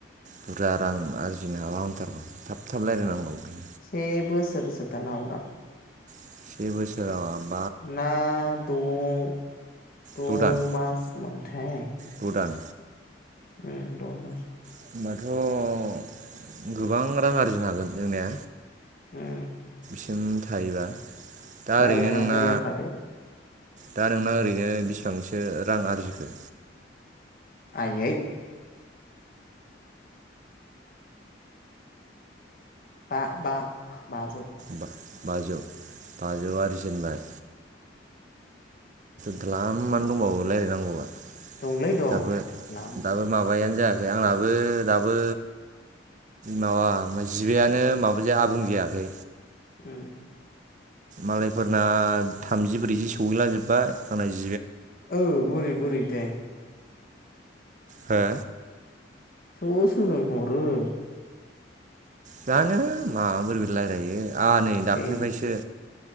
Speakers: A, on the right; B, on the left.
A: बुरजा रां आरजिनो हाबा हामथारगौ। थाब थाब रायज्लायनांगौ ओंखायनो
B: से बोसो रसो थानो हागौ दां।
A: से बोसोराव आ
B: ना द' द'मास
A: द' दान
B: मोनथाय।
A: द' दान
B: उम द'ना
A: होनोबाथ' गोबां रां आरजिनो हागोन जोंने?
B: उम
A: सिम थायोबा? दा
B: रायलायनाया
A: ओरैनो नोंना
B: रायलायखादो।
A: दा नोंना ओरैनो बिसिबांसो रां आरजिखो?
B: आयै बा बा। बाजौ।
A: बा-बाजौ बाजौ। बाजौआरजि
B: उम
A: जेनबाय। ग्लाम मानो दंबावो लाइराय नांगौआ।
B: दंलै दं
A: दाबो
B: द्लाम
A: दाबो माबायानो जायाखै आंना दाबो दाबो माबा मा जिबायानो माबा जाया आबुं जायाखै।
B: उम
A: मालायफोरना थामजि ब्रैजि सौहैलाजोबबाय आंना जि
B: ओ बोरै बोरैथाय?
A: हो?
B: <unintelligible>
A: जानो माबोरैबोरै लायरायो? आ नै दाख्लैनिफ्रायसो
B: देन